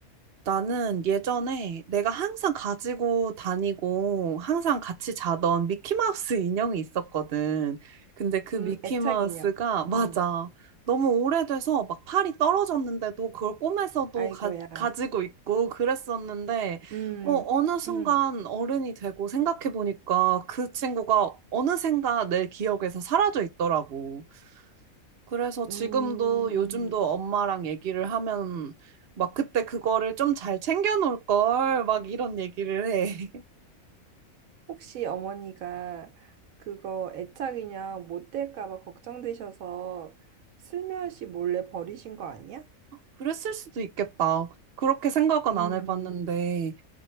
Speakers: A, on the right (about 50°); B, on the right (about 75°).
A: 나는 예전에 내가 항상 가지고 다니고 항상 같이 자던 미키마우스 <laughs> 인형이 있었거든. 근데 그 미키마우스가,
B: 음, 애착 인형.
A: 맞아.
B: 음.
A: 너무 오래돼서 막 팔이 떨어졌는데도 그걸 꿈에서도
B: 아이고야.
A: 가, 가지고 있고 그랬었는데,
B: 음,
A: 어, 어느 순간
B: 음,
A: 어른이 되고 생각해보니까 그 친구가 어느샌가 내 기억에서 사라져 있더라고. 그래서 지금도
B: 음.
A: 요즘도 엄마랑 얘기를 하면 막 그때 그거를 좀 잘 챙겨 놓을 걸 막 이런 얘기를 해. <laughs>
B: 혹시 어머니가 그거 애착인형 못 될까 봐 걱정되셔서 슬며시 몰래 버리신 거 아니야?
A: 그랬을 수도 있겠다. 그렇게 생각은
B: 음,
A: 안 해봤는데